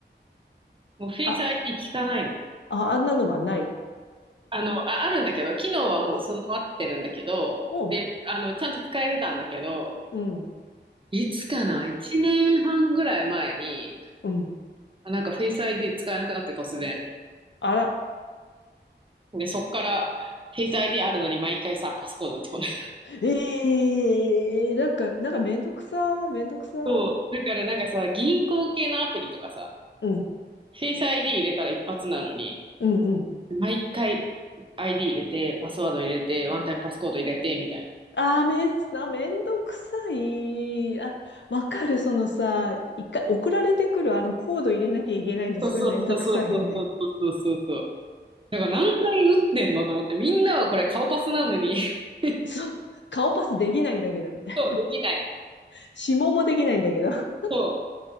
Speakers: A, on the right; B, on the left.
A: もうフェイス
B: あ、
A: ID 聞かないの。
B: あ、あんなのはない。
A: あの、あ、あるんだけど、機能はもう備わってるんだけど、
B: あ、うん、
A: で、あの、ちゃんと使えてたんだけど、
B: うん。
A: いつかな ?1 年半ぐらい前に、
B: うん。
A: あなんかフェイス ID 使えなくなって突然。
B: あら、
A: で、そっから、フェイス ID あるのに毎回さ、パスコード打ち込んで。
B: ええーなんか、なんかめんどくさ、めんどくさ。
A: <laughs> そう。だからなんかさ、銀行系のアプリとかさ、
B: うん、
A: フェイス ID 入れたら一発なのに、
B: うん、うん。
A: 毎回 ID 入れて、パスワード入れて、ワンタイムパスコード入れて、みたいな。
B: あーめん、あ、めんどくさい。あ、わかる。そのさ、一回送られてくるあのコード入れなきゃいけないのすごいめんどくさいよね。
A: そうそうそうそうそうそうそうそう。だから何回打ってんのと思って、みんなはこれ顔パスなのに <laughs>
B: <laughs> そう、顔パスできないんだけど、みたいな。
A: そう、できない。
B: <laughs> 指紋もできないんだけど。あ
A: そう。